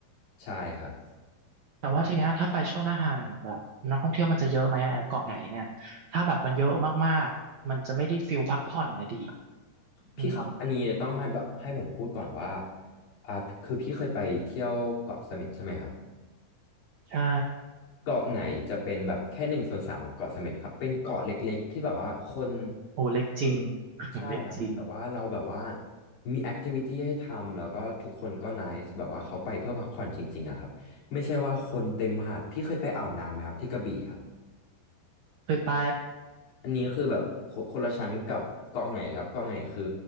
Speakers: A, on the left; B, on the right.
A: ใช่ครับ
B: แต่ว่าทีเนี้ยถ้าไปช่วงหน้าไฮอ่ะแบบนักท่องเที่ยวมันจะเยอะไหมอะเกาะไหนเนี่ยถ้าแบบมันเยอะมากๆมันจะไม่ได้ฟิลพักผ่อนนะดี
A: พี่ครับอันนี้ต้องให้แบบให้ผมพูดก่อนว่า
B: อืม
A: อ่าคือพี่เคยไปเที่ยวเกาะเสม็ดใช่ไหมครับ
B: ใช่
A: เกาะไหงจะเป็นแบบแค่หนึ่งส่วนสามของเกาะเสม็ดครับเป็นเกาะเล็กๆที่แบบว่าคน
B: โอ้เล็กจริง
A: เออ
B: <laughs>
A: ใช่ครับแต่ว่าเราแบบว่า
B: เล็กจริง
A: มีแอคทิวิตี้ให้ทำแล้วก็ทุกคนก็ไนซ์แบบว่าเขาไปเพื่อพักผ่อนจริงๆอะครับไม่ใช่ว่าคนเต็มหาดพี่เคยไปอ่าวนางไหมครับที่กระบี่ครับ
B: เคยไป
A: อันนี้คือแบบคนคนละชั้นกับเกาะไหนครับเกาะไหงคือ